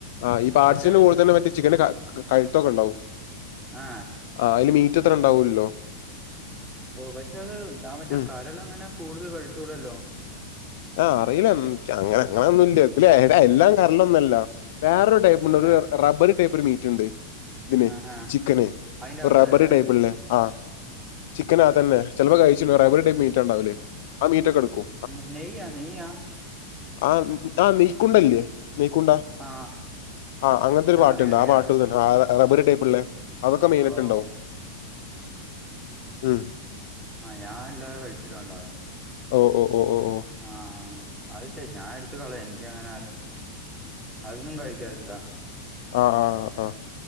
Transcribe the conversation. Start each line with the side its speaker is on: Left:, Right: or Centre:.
Left: ആ ഈ പാട്‌സിന്
Right: പക്ഷെ അത്
Left: കൂടുതലും മറ്റേ ചിക്ന്റെ ക കയ്ത്തൊക്കെണ്ടാവും.
Right: ആ
Left: ആ അയ്ല് മീറ്റത്രണ്ടാവൂല്ലോ.
Right: ഓ പക്ഷെ അത് ആ മറ്റേ
Left: ഉം
Right: കരള് അങ്ങനെ കൂടുതൽ കഴിച്ചൂടല്ലോ?
Left: ആ അറീല ക്യാ അങ്ങനെ അങ്ങനൊന്നുംല്ല ഇതിലേട എല്ലാം കര്ളൊന്നുല്ല വേറൊരു ടൈപ്പ് <unintelligible> ഒര്
Right: ആ
Left: റബ്ബർ ടൈപ്പ് ഒര് മീറ്റ്ണ്ട്. ത്‌ല്
Right: ആഹാ
Left: ചിക്കന്
Right: അതിന്റെ അകത്ത്
Left: റബ്ബറി
Right: തന്നെ
Left: ടൈപ്പ്ല്ലേ ആ. ചിക്കന് ആ തന്നെ ചെൽപ്പോ കയ്ച്ച്ണ്ടാവും <unintelligible> മീറ്റാണ്ടാവല് ആ മീറ്റ ഒക്കെ എട്ക്കും.
Right: ന്നെ നെയ്യാ നെയ്യാ.
Left: ആ ആ നീക്കുണ്ടല്ല്യ നീക്കുണ്ടാ
Right: ആ
Left: ആ അങ്ങൻത്തൊരു പാട്ണ്ട്
Right: അറിയാം അറിയാം
Left: ആ പാട്ട് ആ അതേ പോലെ ടൈപ്പ്ല്ലേ അതൊക്കെ മെയ്നായിട്ട്ണ്ടാവും
Right: ഓ
Left: ഉം.
Right: ആ ഞാല്ലാതെ കയ്ച്ച്ടാവ്‌ല.
Left: മ് മ് മ് മ്.
Right: ആ അത് ശരി ഞാൻ എട്ത്ത് കളിം ഇൻക്കങ്ങനെ അത് അതൊന്നും കഴിക്കാറില്ലാ.
Left: അ ആ ആ